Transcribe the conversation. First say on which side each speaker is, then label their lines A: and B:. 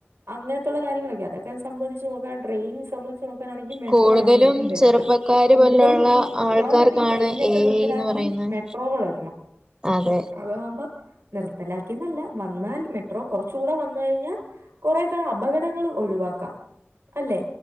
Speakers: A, on the right; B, on the right.
A: അങ്ങൻത്തുള്ള കാര്യങ്ങളൊക്കെ അതൊക്കെ സംബധിച്ച് നോക്കാണെ ട്രയിൻ സംബ നോക്കാനാണെങ്കി മെട്രോ
B: കൂടുതലും
A: ആണ് ഏറ്റവും ബെറ്ററ്
B: ചെറുപ്പക്കാര്
A: കൂടുതലും
B: പോലുള്ള
A: ഈ
B: ആൾക്കാർക്കാണ്
A: ഞാൻ പറയട്ടെ ഈ ട്രെയിനൊക്കെ
B: എ
A: നിർത്തലാക്കി
B: ഐ ന്ന് പറയുന്നത്
A: മെ ട്രോള് വര്ണം
B: അതെ
A: അതാവുമ്പം നിർത്തലാ കെന്നല്ല വന്നാൽ മെട്രോ കൊറച്ചു കൂടെ വന്നുകഴിഞ്ഞാ കൊറെക്കെ അപകടങ്ങൾ ഒഴിവാക്കാം. അല്ലേ.